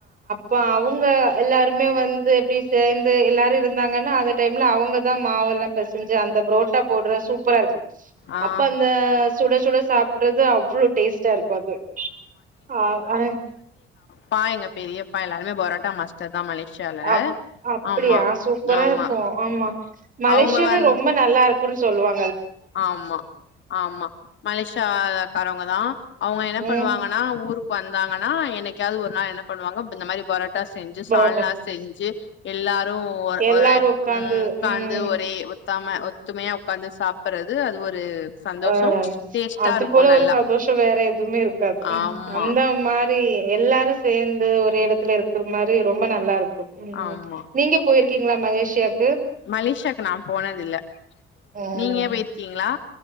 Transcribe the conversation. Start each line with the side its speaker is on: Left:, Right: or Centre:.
Right: ப அவுங்க எல்லாருமே வந்து எப்டி சேந்து எல்லாரு இருந்தாங்கன்னா அந்த டைம்ல அவுங்கதா மாவெல்லா பெசஞ்சு அந்த புரோட்டா போட்ற சூப்பராருக்கு
Left: ஆ
Right: அப்ப அந்த சுட சுட சாப்புட்றது அவ்ளொ டேஸ்டா இருக்கு அது ஆ அ
Left: பா எங்க பெரியப்பா எல்லாருமே பரோட்டா மாஸ்டர் தா மலேசியால
Right: அப் அப்புடியா
Left: ஆமா
Right: சூப்பரா
Left: ஆமா
Right: இருக்கு ஆமா மலேஷியாலே
Left: அவங்க வந்
Right: ரொம்ப நல்லாருக் குன் சொல்லுவா
Left: ஆமா ஆமா மலேசியாக்காரவங்க தான் அவுங்க என்ன
Right: ம்
Left: பண்ணுவாங்கன்னா ஊருக் வந்தாங்கன்னா என்னைக்காவது ஒரு நாள் என்ன பண்ணுவாங்க இந்த மாரி பரோட் டா செஞ்சு
Right: புரோட்டா
Left: சால்னா
Right: சாஸ்
Left: செஞ்சு எல்லா ரும்
Right: எல்லாரு
Left: ஒரே
Right: உக்காந்து
Left: ம் உட்கார்ந்து
Right: ம்
Left: ஒரே த்தாம ஒத்துமையா உக்காந்து சாப் ப்பறது அது ஒரு சந்தோஷோ
Right: அ
Left: டேஸ்ட்டா
Right: அது
Left: இருக்கு
Right: போல
Left: நல்லா
Right: ஒரு சந்தோஷம் வேற எதுவுமே இருக்காது
Left: ஆமா
Right: அந்த மா ரி எல்லாரும் சேர்ந்து ஒரே இடத்துல இருக்கிற மாரி ரொம்ப நல்லா இருக் கூம்
Left: ஆமா
Right: நீங்க போயிருக் கிங்ளா மலேசியாக்
Left: மலேசியாக்கு நான் போனதில்ல
Right: ம்
Left: நீங்க போயிருக்கீங்களா